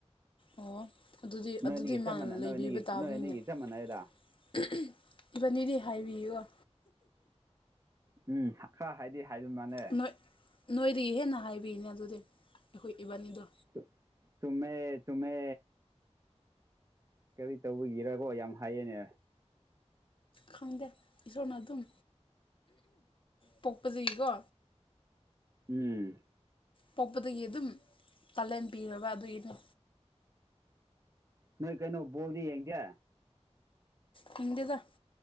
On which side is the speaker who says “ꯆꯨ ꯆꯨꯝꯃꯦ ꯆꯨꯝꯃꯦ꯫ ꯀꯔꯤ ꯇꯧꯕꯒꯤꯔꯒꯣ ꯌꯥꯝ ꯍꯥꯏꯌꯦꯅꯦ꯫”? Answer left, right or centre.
Right